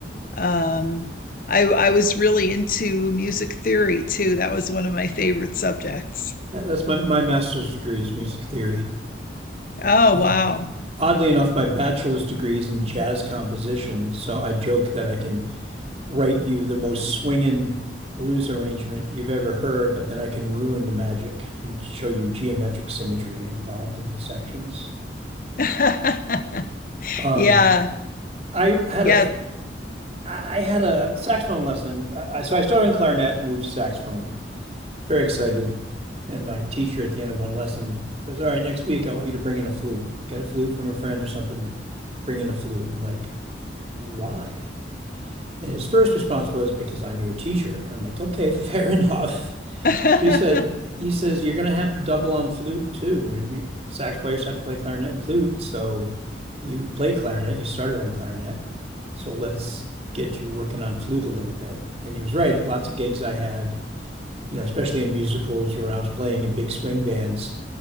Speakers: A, on the left; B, on the right.
A: Um, I, I was really into music theory too. That was one of my favorite subjects.
B: That- That's my my master's degree is music theory.
A: Oh,
B: Uh,
A: wow.
B: oddly enough, my bachelor's degree is in jazz composition. So I joke that I can write you the most swinging blues arrangement you've ever heard, but then I can ruin the magic and show you geometric symmetry involved in the sections.
A: <laughs>
B: Um,
A: Yeah,
B: I had
A: yeah.
B: a f- I I had a saxophone lesson. Uh, uh, so I started in clarinet, moved to saxophone. Very excited. And my teacher at the end of one lesson goes, All right, next week I want you to bring in a flute. Get a flute from a friend or something, but bring in a flute. And I'm like, Why? And his first response was, Because I'm your teacher. And I'm like, Okay, <laughs> fair enough.
A: <laughs>
B: But he says he says you're gonna have to double on flute too. I mean, sax players have to play clarinet and flute, so you play clarinet, you started on clarinet, so let's get you working on flute a little bit. And he was right. Lots of gigs I had, you know, especially in musicals where I was playing in big swing bands.